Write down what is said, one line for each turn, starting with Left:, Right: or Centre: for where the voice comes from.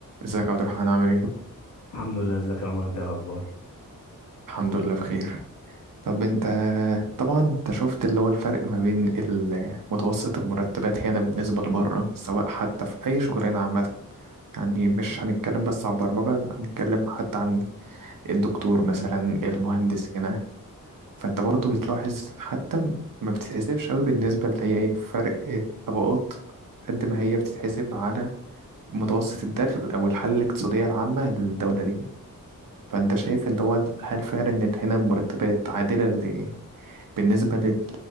Right: ازيك يا عبد الرحمن عامل ايه؟
Left: الحمد لله ازيك يا عمر انت ايه الاخبار
Right: الحمد لله بخير طب انت طبعا انت شفت اللي هو الفرق ما بين ال- متوسط المرتبات هنا بالنسبة لبره سواء حتى في أي شغلانة عامة يعني مش هنتكلم بس عن البرمجة لا، هنتكلم حتى عن الدكتور مثلا المهندس هنا فانت برضو بتلاحظ حتى ما بتتحسبش قوي بالنسبة اللي هي ايه فرق الطبقات قد ما هي بتتحسب على متوسط الدخل أو الحالة الاقتصادية العامة للدولة دي فانت شايف اللي هو هل فعلا ان هنا المرتبات عادلة ل- بالنسبة لل-